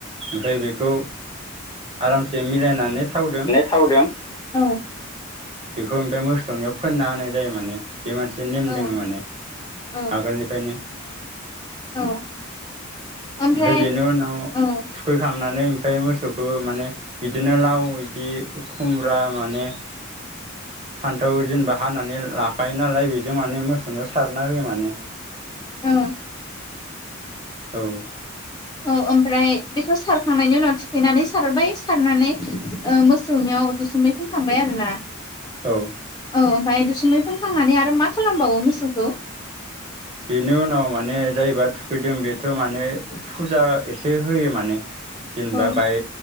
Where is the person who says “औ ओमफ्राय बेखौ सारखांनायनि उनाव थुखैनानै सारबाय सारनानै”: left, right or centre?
Left